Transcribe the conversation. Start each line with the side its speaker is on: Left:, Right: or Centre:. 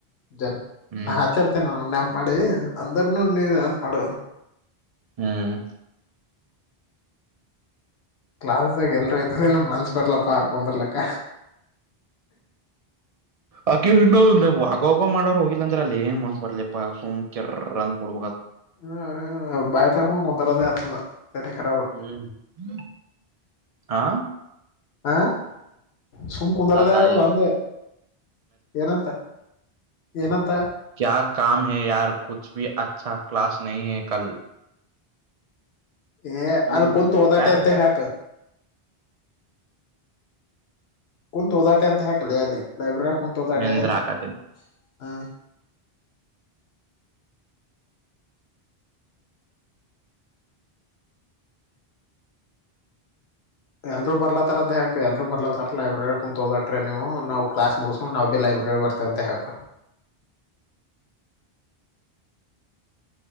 Left: ಜನ
Right: ಹ್ಮ್
Left: ನಾ ಹಚರ್ತೇನಿ ನ ನೆನ್ಪ ಮಾಡಡೆ ಅಂದರನು ನನು ಪಡ
Right: ಹ್ಮ್
Left: ಕ್ಲಾಸ್ಾಗ ಎಲ್ರ ಇದ್ದ ಮನ್ಸ್ ಬರ್ಲಪಾ ಹಾ ಕುಂದರ್ಲಕ್ಕ
Right: ಅಕ ಇನ್ನೋ ಆಗವೋಗೋ ಮಾಡೋರ್ ಹೋಗಿಲ್ಲ ಅಂದ್ರೆ ಅಲ್ಲಿ ಏನ್ ಮಾಡಬರ್ಲಲಿಪ್ಪ ಸುಂಚರ ಕಿರ್ರ್ರ್ ಅಂಥ ಕೊಡ್ಬ
Left: ಹ್ಮ ಹ್ಮ ಬಾಯಿ ತರಕೊಂಡ ಕೊಂದರದ ಆತದ ತನೆ ರಾಬ
Right: ಹ್ಮ ಹಾ
Left: ಆ ಸುಮ್ ಕು ಕುಂದರದೇ
Right: ತಾತಾಳಿ
Left: ಆತದ ಅಂದೆ ಏನಂತ ಏನಂತ
Right: ಕಾಯ್ ಕಾಮ ಹೈ ಯಾರ ಕುಚ್ ಭೀ ಅಚ್ಚ ಕ್ಲಾಸ ನಾಯಿ ಹೈ ಕಲ್
Left: ಏ ಅಲ್
Right: ಏನಿದೆ
Left: ಕುಂತು ಹೋದಾಟೆ
Right: ಯಾರ್ದದ
Left: ಅಂತ ಹಾಕ್ ಕುಂತೋದಾಟೆ ಅಂತ ಹಾಕಲ್ಲ ಅಲ್ಲಿ ಲೈಬ್ರರಿ ಕುಂತೋದಾಟೆ
Right: ನಿಂದ್ರ
Left: ಹ
Right: ಹಾಕತೇನಿ
Left: ಎಲ್ರು ಬರ್ಲತಾರ ಅಂತಾಕಕ್ ಎಲ್ರು ಬರ್ಲತಾರ ಲೈಬ್ರರಿ ಹ ಕು ತೋದಟ್ರೀ ನೀವು ನಾ ಕ್ಲಾಸ್ ಮುಗಸಕು ನಾ ಭ ಬಿ ಲೈಬ್ರರಿ ಬರ್ ತಂತೆೆ ಹಾಕು